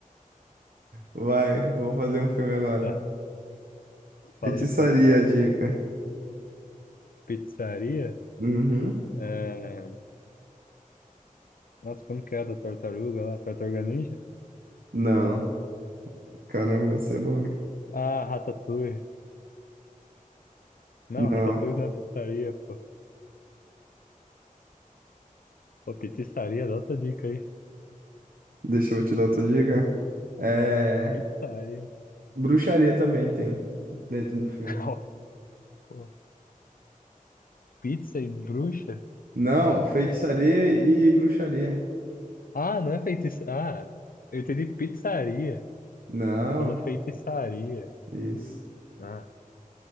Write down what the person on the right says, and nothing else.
Vai, eu vou fazer um filme agora.
Feitiçaria,
a dica.
Uhum.
Não, Caramba, essa é bom.
Não.
Deixa eu te dar outra dica. É,
bruxaria também tem dentro do filme.
Não, feitiçaria e bruxaria.
Não,
isso.